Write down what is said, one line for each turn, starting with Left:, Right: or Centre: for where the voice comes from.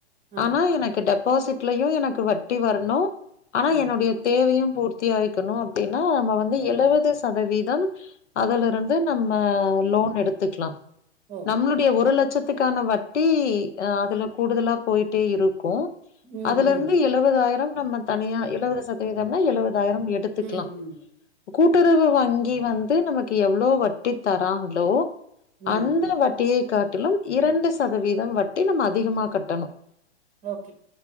Right: ஆ
Left: ஆனா எனக்கு டெ பாசிட்லயு எனக்கு வட்டி வரணு ஆனா
Right: ஆ
Left: என்னுடைய தேவையு பூர்த்தி ஆயிக்கணு அப்டின்னா நம்ம வந்து எழுவது சதவீதம் அதுலருந்து நம்ம லோன் எடுத்துக்லா
Right: ஓ
Left: நம்மளுடைய ஒரு லட்சத்துக்கான வட்டி அ அதுல கூடுதலா போயிட்டே இருக்கு
Right: ம்
Left: அதுலருந்து
Right: ம்
Left: எழுவதாயிரம் நம்ம தனியா எழுவது சதவீதம்னா எழுவதாயிரம் எடு எடுத்துக்கலா
Right: ம் ம்
Left: கூட்டுறவு வங்கி வந்து நமக்கு எவ்ளோ வட்டி தராங்களோ
Right: ம்
Left: அந்த வட்டியை காட்டிலும் இரண்டு சதவீதம் வட்டி நம்ம அதிகமா கட்டணு
Right: ஓகே